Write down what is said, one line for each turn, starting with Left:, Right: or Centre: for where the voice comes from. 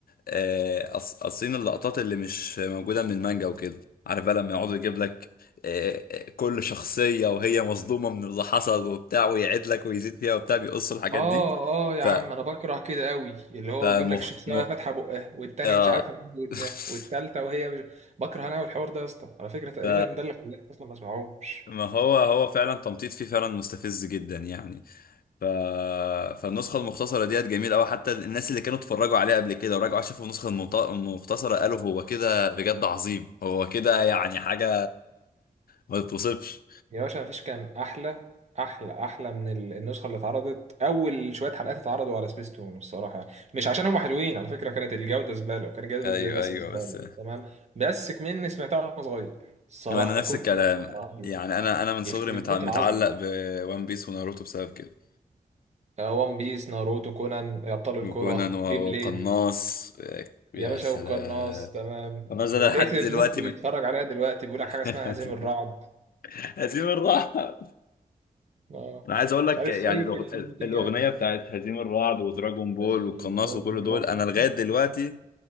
Left: آه، قص- قاصين اللقطات اللي مش موجودة من المانجا وكده عارف بقى لما يقعد يجيب لك آه، آه، كل شخصية وهي مصدومة من اللي حصل وبتاع ويعيد لك ويزيد فيها وبتاع بيقص الحاجات
Right: اه
Left: دي
Right: اه يا
Left: ف
Right: عم انا بكره كده قوي اللي هو
Left: فمخ
Right: يجيب لك الشخصيه
Left: م...
Right: وهي فاتحه بقها والتانيه
Left: آه
Right: مش عارفه مد ودنها
Left: <laughs>
Right: والتالته وهي مش... بكره انا والحوار ده يا اسطى على فكره تقريبا
Left: ف
Right: ده اللي خلاني اصلا ما اسمعوش
Left: ما هو هو فعلا تمطيط فيه فعلا مستفز جدا يعني ف... فالنسخة المختصرة ديت جميلة أوي حتى الناس اللي كانوا اتفرجوا عليها قبل كده وراجعوا شافوا النسخة المط- المختصرة قالوا هو كده بجد عظيم هو كده يعني حاجة ما تتوصفش
Right: يا باشا مفيش كان احلى احلى احلى من ال- النسخه اللي اتعرضت اول شويه حلقات اتعرضوا على سبيس تون الصراحه مش عشان هم حلوين على فكره كانت الجوده زباله وكان جوده
Left: ايوه
Right: الرسم
Left: ايوه
Right: زباله
Left: بس
Right: تمام بس كمان سمعتها وانا صغير الصراحه
Left: انا
Right: فكنت
Left: نفس الكلام
Right: يا نهار أبيض،
Left: يعني انا انا من
Right: يخرب
Left: صغري متع...
Right: بيت
Left: متعلق
Right: العظمه
Left: بون بيس وناروتو بسبب كده
Right: ون بيس ناروتو كونان ابطال الكره
Left: وكونان وقناص
Right: بي بليد
Left: آه، يا
Right: يا باشا
Left: سلام
Right: والقناص تمام
Left: قناص ده
Right: ولقيت
Left: لحد
Right: ابن
Left: دلوقتي
Right: اختي بيتفرج
Left: من...
Right: عليها دلوقتي بيقول لك
Left: <laughs>
Right: حاجه اسمها هزيم الرعد
Left: هزيم الرعد
Right: اه
Left: انا عايز اقول لك
Right: مش عارف
Left: يعني
Right: سيف
Left: الأغ...
Right: البتنجان
Left: الاغنيه بتاعت هزيم الرعد ودراجون بول
Right: هذه
Left: والقناص
Right: مرة
Left: وكل دول انا لغايه دلوقتي